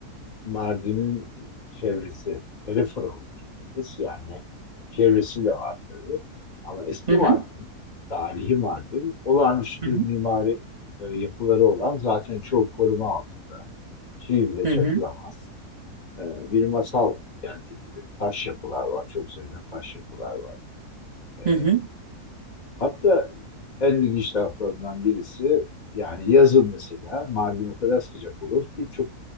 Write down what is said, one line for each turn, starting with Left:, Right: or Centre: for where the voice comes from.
Left: Mardin'in çevresi, peripheral diyebiliriz. Yani çevresi de var tabii. Ama eski
Right: hı hı
Left: Mardin, tarihi Mardin, olağanüstü
Right: hı
Left: mimari e, yapıları olan zaten çoğu koruma altında. Çivi bile
Right: hı
Left: çakılamaz.
Right: hı
Left: E, bir masal kenti gibi. Taş yapılar var. Çok sayıda taş yapılar var. E,
Right: hı
Left: Hatta en ilginç taraflarından birisi yani yazın mesela Mardin o kadar sıcak olur ki çok